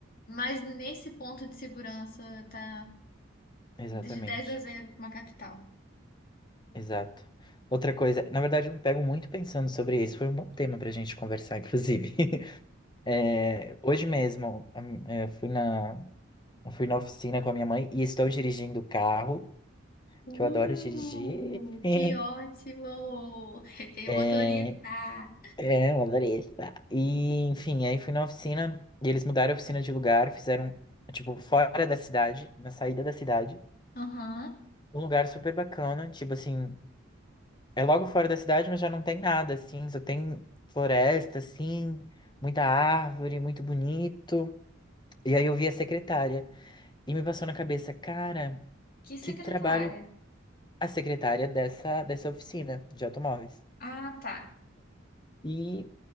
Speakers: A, on the left (about 45°); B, on the left (about 20°).
A: Mas nesse ponto de segurança, tá
B: exatamente,
A: de dez a zero para uma capital.
B: exato. Outra coisa, na verdade, eu me pego muito pensando sobre isso. Foi um bom tema pra gente conversar, inclusive. <laughs> É, hoje mesmo, a mi- é, fui na, fui na oficina com a minha mãe e estou dirigindo o carro.
A: Uh,
B: que eu adoro dirigir. <laughs>
A: que ótimo! <laughs>
B: É,
A: Motorista!
B: é, eu adorei estar. E, enfim, aí fui na oficina e eles mudaram a oficina de lugar, fizeram, tipo, fora da cidade, na saída da cidade.
A: Aham.
B: Um lugar super bacana, tipo assim, é logo fora da cidade, mas já não tem nada, assim, só tem floresta, assim, muita árvore, muito bonito. E aí eu vi a secretária e me passou na cabeça, cara,
A: Que
B: que
A: secretária?
B: trabalho a secretária dessa, dessa oficina de automóveis.
A: Ah, tá.
B: E